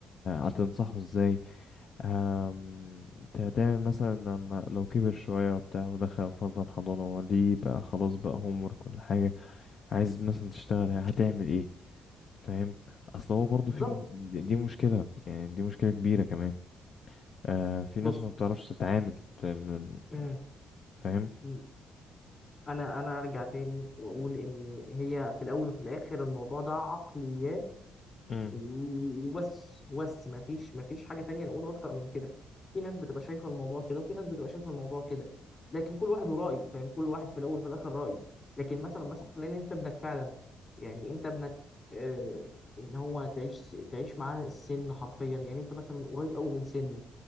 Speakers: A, on the left; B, on the left.
A: هتنصحه ازاي آم، انت هتعمل مثلا لما لو كبر شوية وبتاع ودخل فرضا حضانة هو ليه بقى خلاص بقى هوم ورك كل حاجة عايز مثلا تشتغل هتعمل ايه فاهم اصل هو برضه
B: بالظبط
A: في مش... دي دي مشكلة يعني دي مشكلة كبيرة كمان آه في ناس
B: بص
A: ما بتعرفش تتعامل زي ما-
B: امم.
A: فاهم
B: مم. انا انا ارجع تاني واقول ان هي في الاول وفي الاخر الموضوع ده عقليات
A: امم
B: و- وبس بس ما فيش ما فيش حاجه تانية نقول اكتر من كده في ناس بتبقى شايفه الموضوع كده وفي ناس بتبقى شايفه الموضوع كده لكن كل واحد ورايه فاهم كل واحد في الاول وفي الاخر رايه لكن مثلا مثلا لان انت ابنك فعلا يعني انت ابنك آه ان هو تعيش تعيش معاه السن حرفيا يعني انت مثلا قريب قوي من سنه